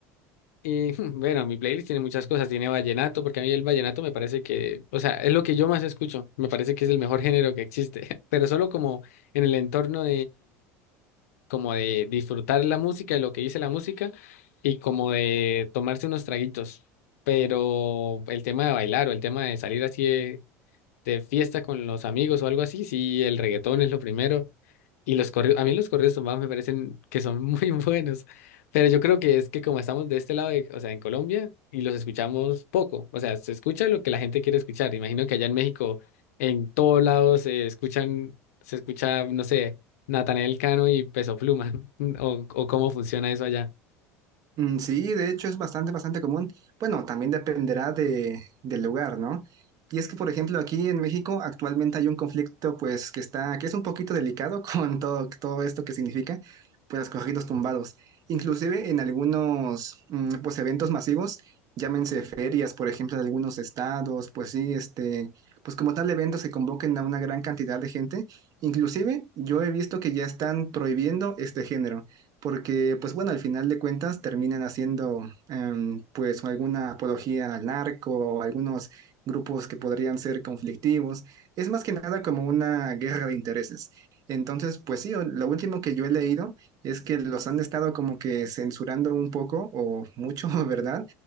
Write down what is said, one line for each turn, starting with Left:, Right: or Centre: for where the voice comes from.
Left: eh, <laughs> bueno, mi playlist tiene muchas cosas, tiene vallenato, porque a mí el vallenato me parece que, o sea, es lo que yo más escucho, me parece que es el mejor género que existe, <laughs> pero solo como en el entorno como de disfrutar la música y lo que dice la música y como de tomarse unos traguitos. Pero el tema de bailar o el tema de salir así de, de fiesta con los amigos o algo así, sí, el reggaetón es lo primero. Y los corridos, a mí los corridos tumbados me parecen que son muy <laughs> buenos, pero yo creo que es que como estamos de este lado, de- o sea, en Colombia, y los escuchamos poco, o sea, se escucha lo que la gente quiere escuchar. Imagino que allá en México, en todos lados se escuchan, se escucha, no sé, Natanael Cano y Peso Pluma, <laughs> o, o cómo funciona eso allá.
Right: Mm, Sí, de hecho es bastante, bastante común. Bueno, también dependerá de, del lugar, ¿no? Y es que, por ejemplo, aquí en México actualmente hay un conflicto, pues, que está, que es un poquito delicado <laughs> con todo, todo esto que significa, pues, los corridos tumbados. Inclusive en algunos, mm, pues, eventos masivos, llámense ferias, por ejemplo, de algunos estados, pues sí, este, pues como tal eventos que convoquen a una gran cantidad de gente. Inclusive yo he visto que ya están prohibiendo este género porque pues bueno, al final de cuentas terminan haciendo em, pues alguna apología al narco o algunos grupos que podrían ser conflictivos. Es más que nada como una guerra de intereses. Entonces, pues sí, o- lo último que yo he leído es que los han estado como que censurando un poco o mucho, <laughs> ¿verdad?